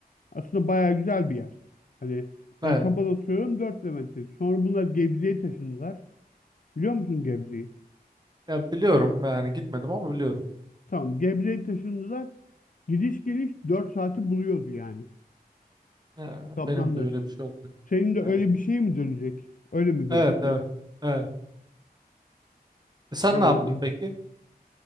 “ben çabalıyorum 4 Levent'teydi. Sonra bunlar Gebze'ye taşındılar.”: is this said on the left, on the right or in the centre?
Left